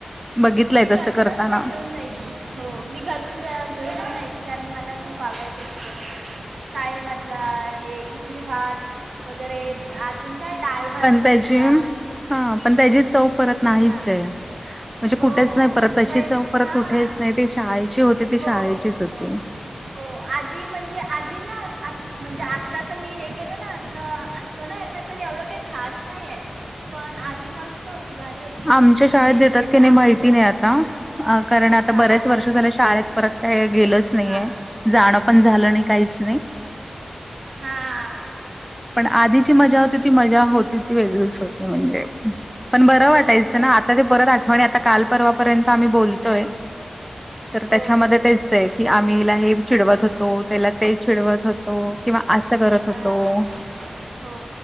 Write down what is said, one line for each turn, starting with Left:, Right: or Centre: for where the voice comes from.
Centre: बघितलंय
Right: मी घरूनच
Centre: तसं करताना.
Right: नाही घेऊन जायची हो, मी घरून घेऊनच जायची, कारण मला खूप आवडायचं <unintelligible> शाळेमधला हे खिचडी भात, वगैरे अजून काय डाल भात, असायचा
Centre: त्याजी हा, पण त्याची चव परत नाहीच
Right: हां
Centre: आहे. म्हणजे
Right: हो
Centre: कुठेच
Right: हो
Centre: नाही परत. तशी
Right: पै
Centre: चव परत
Right: हां
Centre: कुठेच नाही. ते शाळेची होती ती
Right: हो
Centre: शाळेचीच होती.
Right: हो हो आधी, म्हणजे आधी ना, म्हणजे आत्ताच मी हे केलं ना, आता अस तो ना यंदा तर एवढं काही खास नाही आहे. पण आधी मस्त होती, भारी होती.
Centre: आमच्या शाळेत
Right: टेस्ट
Centre: देतात
Right: म्हणजे
Centre: की
Right: आपच्या
Centre: नाही माहिती नाही आता. अ कारण आता
Right: हां
Centre: बऱ्याच
Right: हां
Centre: वर्ष
Right: हां
Centre: झाल्या शाळेत परत काय गेलंच नाहीये.
Right: हां
Centre: जाणं पण झालं नाही काहीच नाही.
Right: हा.
Centre: पण आधीची मजा होती. ती मजा होती ती वेगळीच होती. म्हणजे पण बरं
Right: हो
Centre: वाटायचं ना आ आता ती परत आठवणी, आता काल परवा पर्यंत आम्ही बोलतोय, तर
Right: हो
Centre: त्याच्यामध्ये तेच आहे. कि आम्हीला हे चिडवत होतो त्याला ते चिडवत होतो किंवा असं करत
Right: हां
Centre: होतो.
Right: हो